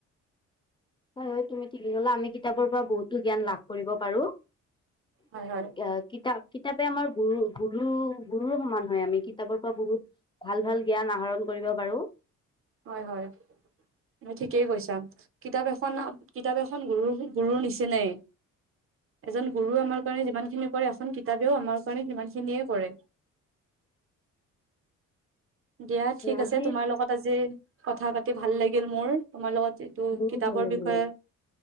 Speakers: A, on the left; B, on the right.
A: হয়, হয়। তুমি ঠিকেই ক'লা, আমি কিতাপৰ পৰা বহুতো জ্ঞান লাভ কৰিব পাৰোঁ।
B: হয় হয়
A: ক্যা-কিতাপ কিতাপে আমাৰ গুৰু, গুৰু, গুৰুৰ সমান হয় আমি। কিতাপৰ পৰা বহুত ভাল, ভাল জ্ঞান আহৰণ কৰিব পাৰোঁ।
B: হয়, হয়। তুমি ঠিকেই কৈছা, কিতাপ এখন কিতাপ এখন গুৰু, গুৰুৰ নিচিনাই। এজন গুৰুও আমাৰ কাৰণে যিমান খিনি কৰে, এখন কিতাপেও আমাৰ কাৰণে সিমান খিনিয়ে কৰে। দিয়া ঠিক আছে,
A: আজি
B: তোমাৰ লগত আজি কথা পাতি ভাল লাগিল মোৰ। তোমাৰ লগত তো
A: মোৰ
B: কিতাপৰ
A: ভাল লাগিলে
B: বিষয়ে